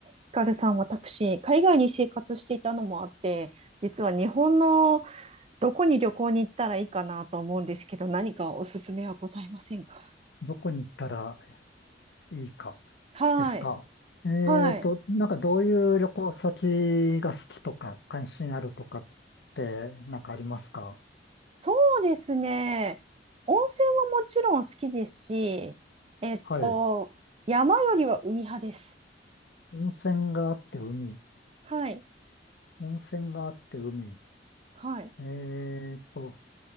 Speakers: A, on the right; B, on the left.
A: ヒカルさん、私、海外に生活していたのもあって、実は日本のどこに旅行に行ったらいいかなと思うんですけど、何かおすすめはございませんか
B: どこに行ったらいいか
A: はい。
B: ですか。えーと、
A: はい。
B: なんかどういう旅行先が好きとか関心あるとかってなんかありますか
A: そうですね。温泉はもちろん好きですし、えっと、
B: はい。
A: 山よりは海派です。
B: 温泉があって海。
A: はい。
B: 温泉があって海。
A: はい。
B: えーと、